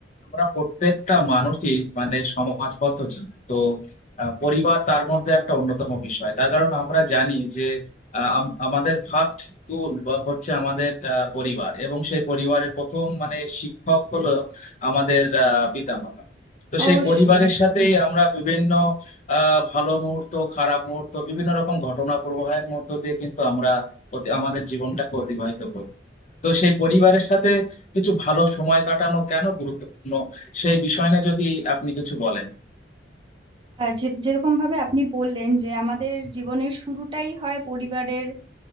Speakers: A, on the left (about 40°); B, on the right (about 30°).
A: আমরা প্রত্যেকটা মানুষই মানে সমাজবদ্ধ জীব তো আহ, পরিবার তার মধ্যে একটা অন্যতম বিষয় তার কারণ আমরা জানি যে আহ, আম- আমাদের ফার্স্ট স্কুল বা হচ্ছে আমাদের আহ, পরিবার এবং সেই পরিবারের প্রথম মানে শিক্ষক হলো আমাদের আহ, পিতামাতা তো সেই
B: অবশ্যই
A: পরিবারের সাথেই আমরা বিভিন্ন আহ ভালো মুহূর্ত খারাপ মুহূর্ত বিভিন্ন রকম ঘটনা প্রবাহের মধ্য দিয়ে কিন্তু আমরা অতি- আমাদের জীবনটাকে অতিবাহিত করি তো সেই পরিবারের সাথে কিছু ভালো সময় কাটানো কেন গুরুত্বপূর্ণ সেই বিষয় নিয়ে যদি আপনি কিছু বলেন
B: আহ, যে- যেরকম ভাবে আপনি বললেন যে আমাদের জীবনের শুরুটাই হয় পরিবারের